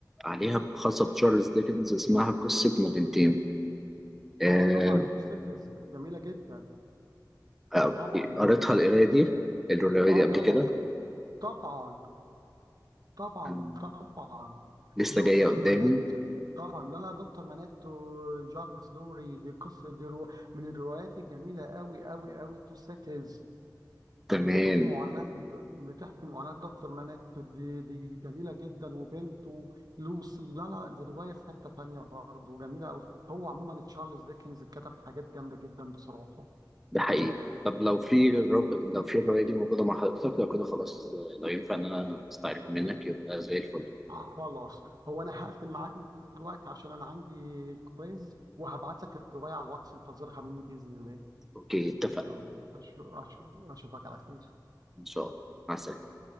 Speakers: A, in the centre; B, on the right (about 60°).
A: عليها خاصة بتشارلز ديكنز اسمها قصة مدينتين آه،
B: اه طبعا تو ستيتز جميلة جدا
A: آه،
B: طبعا دي
A: قريتها
B: م-
A: القراية دي الرواية
B: اه
A: دي قبل
B: طبعا
A: كده
B: طبعا طبعا
A: آم،
B: طبعا
A: لسه
B: دكتور
A: جاية قدامي
B: منات طبعا لا لا دكتور منات وجارفيس لوري دي قصة دي رو من الروايات الجميلة قوي قوي قوي تو ستيتز
A: تمام
B: بتحكي معاناة بتحكي معاناة دكتور منات دي دي جميلة جدا وبنته لوسي لا لا دي رواية في حتة تانية برضه جميلة أوي هو عموما تشارلز ديكنز كتب حاجات جامدة جدا بصراحة
A: ده حقيقي طب لو في الرب لو في الرواية دي موجودة مع حضرتك لو كده خلاص آه، لو ينفع إن أنا أستعرف منك يبقى زي الفل
B: خلاص هو أنا هقفل معاك دلوقتي عشان أنا عندي كويز وهبعت لك الرواية على الواتس انتظرها مني بإذن الله
A: أوكي اتفقنا
B: يلا أشوف أشوف أشوفك على خير
A: إن شاء الله مع السلامة